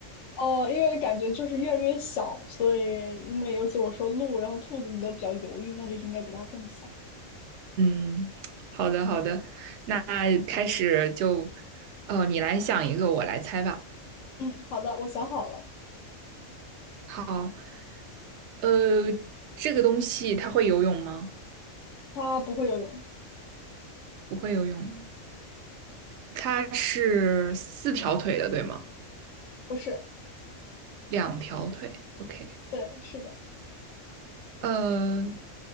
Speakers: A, on the left; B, on the right.
A: 哦，因为感觉就是越来越小，所以因为尤其我说鹿，然后兔子你都比较犹豫，那就是应该比它更小。
B: 嗯，好的好的，那开始就，呃，你来想一个，我来猜吧。
A: 嗯，好的，我想好了，
B: 好，呃，这个东西它会游泳吗？
A: 它不会游泳，
B: 不会游泳。它是四条腿的，对吗？
A: 不是，
B: 两条腿，OK。
A: 对，是的。
B: 呃，